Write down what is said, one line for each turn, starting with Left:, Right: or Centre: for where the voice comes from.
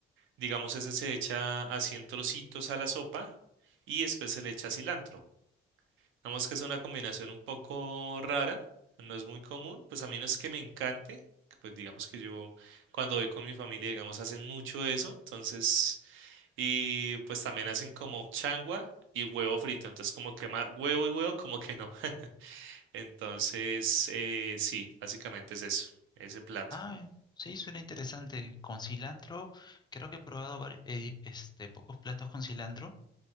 Right: Digamos, ese se echa así en trocitos a la sopa y después se le echa cilantro. Digamos que es una combinación un poco rara, no es muy común, pues a mí no es que me encante, que pues digamos que yo cuando voy con mi familia, digamos, hacen mucho eso, entonces, y pues también hacen como changua y huevo frito, entonces como que ma- huevo y huevo, como que no. <laughs> Entonces, eh, sí, básicamente es eso, ese plato,
Left: Ah, sí, suena interesante. Con cilantro, creo que he probado vari- eh, este, pocos platos con cilantro,